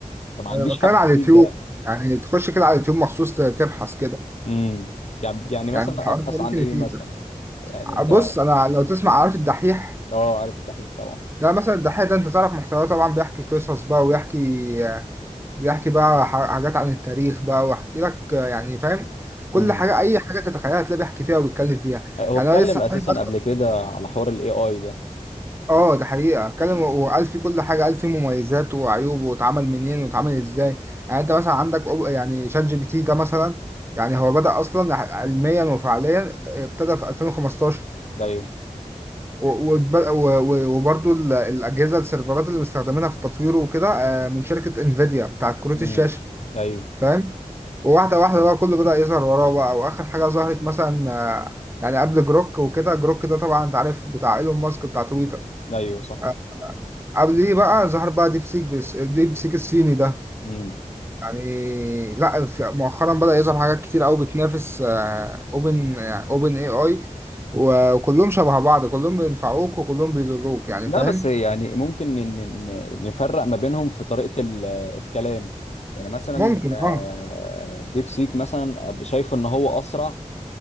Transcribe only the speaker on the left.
فما عنديش
حاجة
جديدة
امم يعني يعني مثلا
أبحث
عن إيه
مثلا يعني أنت
أه عارف الدحيح طبعا
امم
هو
اتكلم
أساسا
قبل كده على حوار ال AI ده
امم
أيوه
امم
أيوه
أيوه صح
مم.
لا
بس يعني ممكن ن- ن- نفرق ما بينهم في طريقة ال- الكلام يعني مثلا
آه،
ديب سيك مثلا أب- شايفه ان هو اسرع